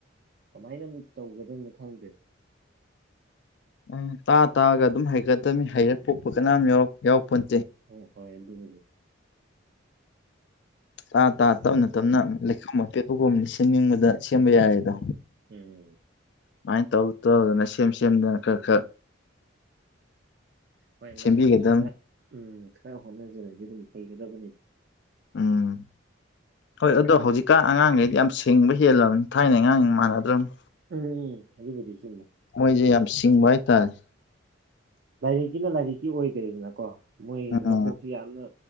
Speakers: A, on the right (about 50°); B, on the left (about 60°).
A: ꯀꯃꯥꯏꯅꯕꯨ ꯇꯧꯒꯗꯕꯅꯣ ꯈꯪꯗꯦ
B: ꯎꯝ ꯇꯥꯛꯑ ꯇꯥꯛꯑꯒ ꯑꯗꯨꯝ ꯍꯩꯒꯗꯕꯅꯤ ꯍꯩꯔ ꯄꯣꯛꯄ ꯀꯅꯥꯝ ꯌꯥꯎ ꯌꯥꯎꯔꯛ ꯌꯥꯎꯄꯣꯟꯇꯦ
A: ꯎꯝ ꯍꯣꯏ ꯑꯗꯨꯕꯨꯗꯤ
B: ꯇꯥ ꯇꯥ ꯇꯞꯅ ꯇꯞꯅ ꯂꯩꯈꯣꯝ ꯑꯄꯦꯛꯄꯒꯨꯝꯕꯅ ꯁꯦꯝꯅꯤꯡꯕꯗ ꯁꯦꯝꯕ ꯌꯥꯏꯌꯦꯗꯣ
A: ꯎꯝ
B: ꯁꯨꯃꯥꯏꯟ ꯇꯧ ꯇꯧꯗꯅ ꯁꯦꯝ ꯁꯦꯝꯗꯅ ꯈꯔ ꯈꯔ
A: ꯍꯣꯏ
B: ꯁꯦꯝꯕꯤꯒꯗꯕꯅꯤ
A: ꯃꯁꯥꯅꯁꯨ ꯈꯔ ꯎꯝ ꯈꯔ ꯍꯣꯠꯅꯖꯔꯗꯤ ꯑꯗꯨꯝ ꯍꯩꯒꯗꯕꯅꯤꯗ
B: ꯎꯝ ꯍꯣꯏ ꯑꯗꯣ ꯍꯧꯖꯤꯛ ꯀꯥ ꯑꯉꯥꯡꯒꯩꯗꯤ ꯌꯥꯝ ꯁꯤꯡꯕ ꯍꯦꯜꯂꯕꯅꯤ ꯊꯥꯏꯅ ꯑꯉꯥꯡ ꯃꯥꯟꯅꯗ꯭ꯔꯕꯅꯤ
A: ꯎꯝ ꯑꯗꯨꯕꯨꯗꯤ ꯆꯨꯝꯃꯦ
B: ꯃꯣꯏꯖꯦ ꯌꯥꯝ ꯁꯤꯡꯕ ꯍꯥꯏꯇꯥꯔꯦ
A: ꯂꯥꯏꯔꯤꯛꯀꯤꯅ ꯂꯥꯏꯔꯤꯛꯀꯤ ꯑꯣꯏꯒ꯭ꯔꯦꯗꯅꯀꯣ ꯃꯣꯏ
B: ꯎꯝ
A: ꯃꯀꯣꯛꯁꯤ ꯌꯥꯝꯅ